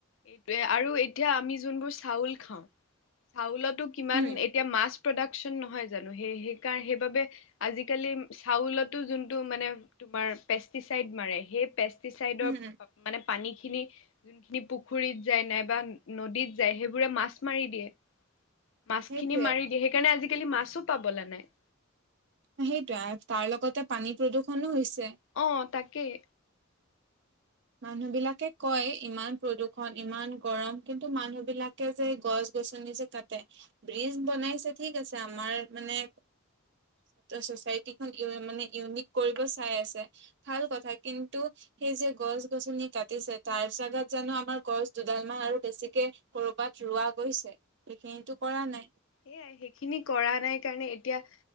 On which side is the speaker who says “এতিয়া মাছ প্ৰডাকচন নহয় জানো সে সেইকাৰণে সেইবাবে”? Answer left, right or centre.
Left